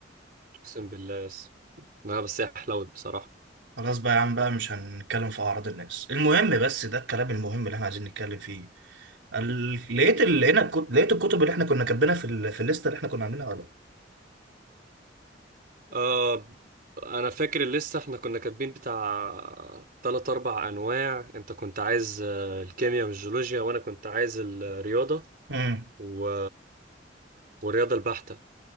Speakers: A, on the right (about 50°); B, on the right (about 80°).
A: اقسم بالله بس لا بس هي حلوت بصراحة
B: خلاص بقى يا عم بقى مش هنتكلم في أعراض الناس المهم بس ده الكلام المهم اللي احنا عايزين نتكلم فيه ال- لقيت ال- لقينا الكت- لقيت الكتب اللي احنا كنا كاتبينها في ال... في الليستة اللي احنا كنا عاملينها ولا
A: آه انا فاكر لسه احنا كنا كاتبين بتاع تلات اربع انواع انت كنت عايز آه، الكيمياء والجيولوجيا وانا كنت عايز الرياضة
B: امم
A: و... والرياضة البحتة